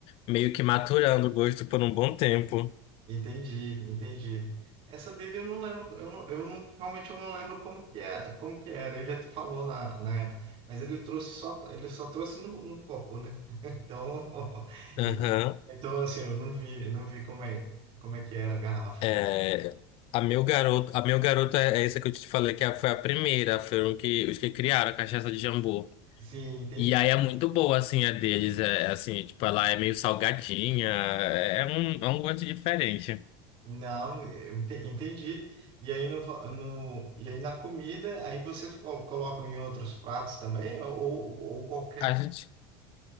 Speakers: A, on the left (about 55°); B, on the right (about 50°).
A: meio que maturando o gosto por um bom tempo.
B: Entendi, entendi. Essa dele eu não lembro, eu não, eu não, realmente eu não lembro como que é, como que era. Ele até falou na, na época, mas ele trouxe só, ele só trouxe no, no copo, né? <laughs> Então, <laughs>
A: Aham.
B: então assim, eu não vi, não vi como é, como é que era a garrafa.
A: É, a meu garoto, a meu garoto é, é essa que eu te falei que é- foi a primeira, foram que, os que criaram a cachaça de jambu.
B: Sim, entendi.
A: E aí é muito boa, assim, a deles. É, assim, tipo, ela é meio salgadinha. É é um, é um gosto diferente.
B: Não, eu ente- entendi. E aí no, va- no- e aí na comida, aí vocês col- colocam em outros pratos também, ou, ou ou qualquer.
A: A gente